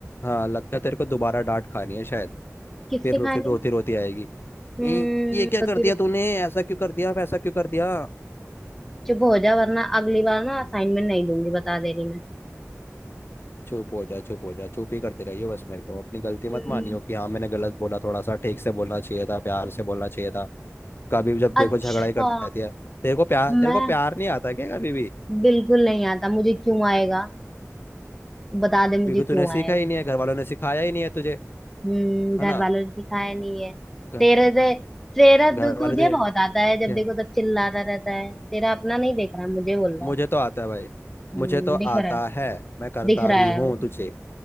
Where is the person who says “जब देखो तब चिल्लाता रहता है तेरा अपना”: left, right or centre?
Centre